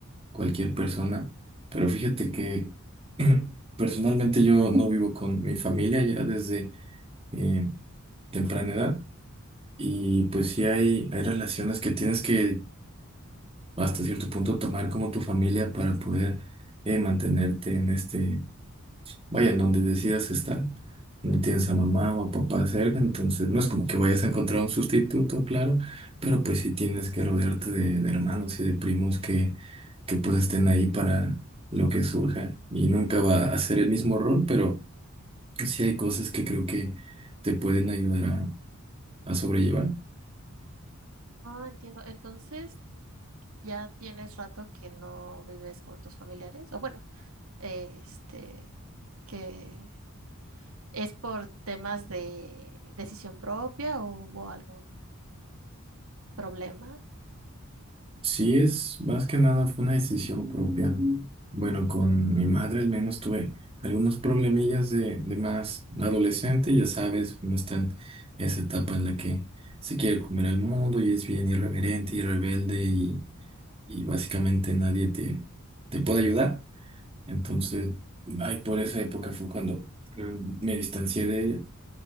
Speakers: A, on the right; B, on the right.
A: cualquier persona. Pero fíjate que <clears throat> personalmente yo no vivo con mi familia ya desde eh, temprana edad y pues sí hay, hay relaciones que tienes que hasta cierto punto tomar como tu familia para poder eh, mantenerte en este Vaya, en donde decidas estar, no tienes a mamá o a papá cerca, entonces no es como que vayas a encontrar un sustituto, claro, pero pues sí tienes que rodearte de, de hermanos y de primos que, que pues estén ahí para lo que surja y nunca va a ser el mismo rol, pero sí hay cosas que creo que te pueden ayudar a, a sobrellevar.
B: Ah, entiendo. Entonces, ya tienes rato que no vives con tus familiares, o bueno, este, que ¿Es por temas de decisión propia o hubo algún problema?
A: Sí, es más que nada fue una decisión propia. Bueno, con mi madre al menos tuve algunos problemillas de, de más adolescente, ya sabes, uno está en esa etapa en la que se quiere comer al mundo y es bien irreverente y rebelde y, y básicamente nadie te, te puede ayudar. Entonces, ay, por esa época fue cuando mm, me distancié de ella